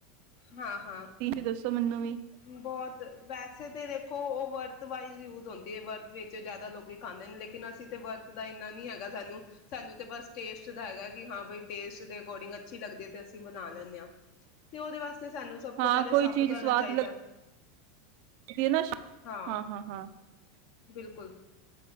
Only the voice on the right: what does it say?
ਦੱਸੋ ਮੈਨੂੰ ਵੀ
ਹਾਂ
ਕੋਈ
ਚੀਜ਼ ਸਵਾਦ
<unintelligible>